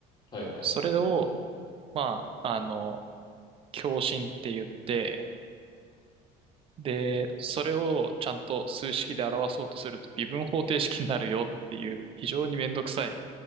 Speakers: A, on the left (about 25°); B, on the right (about 30°).
A: はいはい。
B: それを、まあ、あの、共振って言って、で、それをちゃんと数式で表そうとすると微分方程式になるよっていう非常にめんどくさい